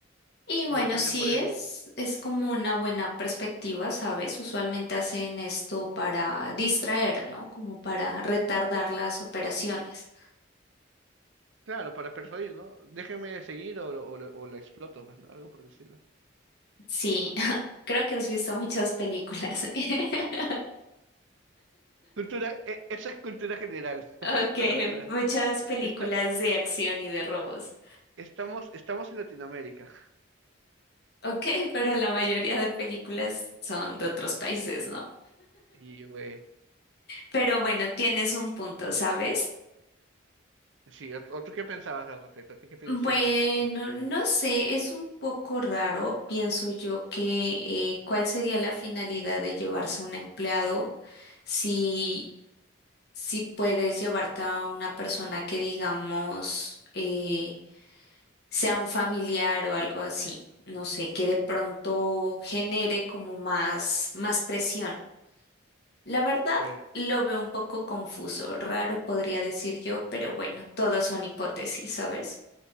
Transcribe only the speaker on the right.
De repente
por eso.
Claro, para persuadir, ¿no? Déjenme seguir o, lo- o, lo- o la exploto, pues, ¿no? Algo por el estilo.
Cultura, e- eso es cultura general
<laughs> a estas alturas.
Esta-
estamos, estamos en Latinoamérica.
Y, güey,
sí, ¿o, o tú qué pensabas al respecto? ¿Qué, qué piensas
al respecto?
Pero-